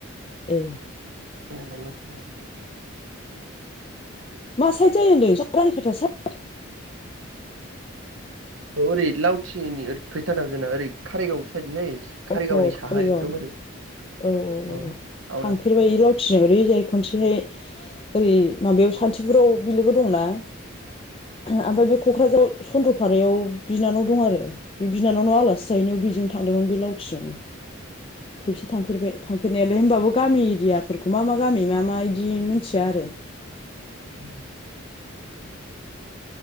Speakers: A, on the left; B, on the right.
A: ए।
B: खोनानायालाय खोनायो।
A: मा साइद जायो होनदों नोंसिना रानि खाथा साइद?
B: औ ओरै लावथिनि ओरै फैथार नांगौ जोंना ओरै खारारिगाव साइद जायो। कारिगावनि
A: अह कारिगाव।
B: साहा एकदम ओरै
A: औ औ औ
B: अ आवदां
A: थांफेरबाय
B: साइद
A: लावथिजों। ओरैजाय खनसेहाय ओरै माबायाव सानतिफुराव बिलोगो दंना।
B: औ
A: ओमफ्राय बे क'क्राझाराव चन्द्रफारायाव बिनानाव दं आरो बे बि नानाव नाव आलासि जाहैनायाव बिजोंं थांदोंमोन। बे लावथिजोंनो खेबसे थांफेरबाय थांफेरनायालाय होमबाबो गामि एरियाफोरखौ मा मा गामि, मा मा इदि मिथिया आरो।
B: उम।